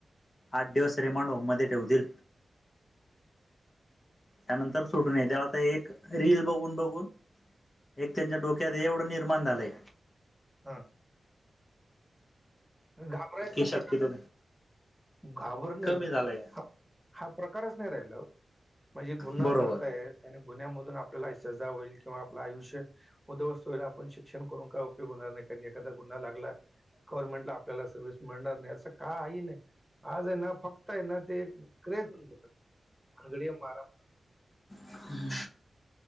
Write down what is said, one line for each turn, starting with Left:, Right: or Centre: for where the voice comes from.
Left: आठ दिवस रिमाांंड होम मध्ये ठेवतील. त्यानंतर सोडू नये तेव्हा ते एक रील बघून बघून एक त्यांच्या डोक्यात एवढं निर्माण झालंय
Centre: हां! घाबरायचे
Left: की
Centre: प्रकार
Left: शक्यतो
Centre: घाबरणे
Left: कमी झालंय
Centre: हा हा प्रकारच नाही राहिला ओ म्हणजे गुन्हा
Left: बरोबर
Centre: करतायेत त्याने गुन्ह्यामधून आपल्याला सजा होईल किंवा आपलं आयुष्य उद्वस्त हो आपण शिक्षण करून काय उपयोग होणार नाही कारण एखादा गुन्हा लागला गव्हर्नमेंटला आपल्याला सर्विस मिळणार नाही असं काही नाही. आज आहे ना फक्त आहे ना ते एक क्रेज भानगडी मारा
Left: हम.